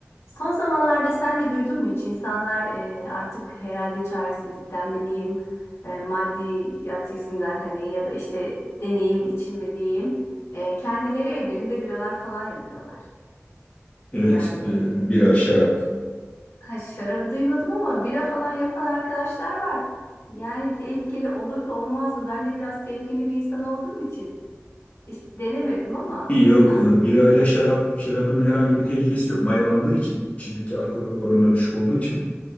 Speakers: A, on the left; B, on the left.
A: Son zamanlarda sen de duydun mu hiç? İnsanlar e, artık herhalde çaresizlikten mi diyeyim, e, maddiyat yüzünden hani ya da işte deneyim için mi diyeyim, e, kendileri evlerinde biralar falan yapıyorlar.
B: Evet,
A: Yani
B: e, bira, şarap.
A: ha şarabı duymadım ama bira falan yapan arkadaşlar var. Yani tehlikeli olur mu olmaz mı? Ben de biraz temkinli bir insan olduğum için işte denemedim ama
B: Yok,
A: yani.
B: e, birayla şarap, şarabın herhangi bir tehlikesi yok. Mayalandığı için, içindeki alkol oranı da düşük olduğu için,